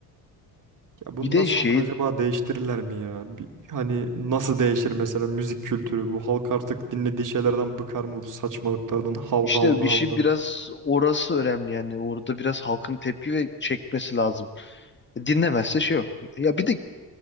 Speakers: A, on the right (about 45°); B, on the left (about 25°).
A: Ya bundan
B: Bir de
A: sonra
B: şey
A: acaba değiştirirler mi ya? Bir- hani nasıl değişir mesela müzik kültürü? Bu halk artık dinlediği şeylerden bıkar mı bu saçmalıklardan, hav
B: işte
A: havdan
B: bir
A: havdan?
B: şey biraz orası önemli yani orada biraz halkın tepki ve çekmesi lazım. Dinlemezse şey yok. Ya bir de